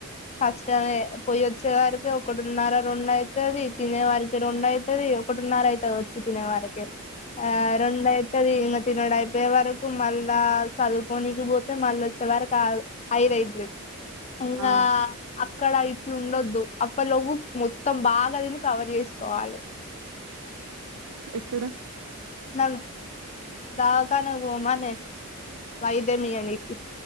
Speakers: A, on the left; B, on the right.
A: ఫష్టమే పొయ్యొచ్చే వరికి ఒకడున్నార రొండైతది తినే వరికి రొండై తది ఒకటున్నర ఐతది వచ్చి తినే వరకి ఆ రెండు ఐతుది ఇంగ తినుడు అయిపోయే వరకు కు మళ్ళా చదువుకోనీకి పోతే మళ్ళొచ్చే వరకు ఆరు ఐదైతది ఇంగా
B: ఆ
A: అక్కడ ఇట్లుండొద్దు అప్పటిలోపు మొత్తం బాగా తిని కవర్ చేసుకోవాలి
B: ఎక్కడ
A: నన్ దావుఖానాకు బోమనే వైద్యమియ్యనీకి
B: ఆ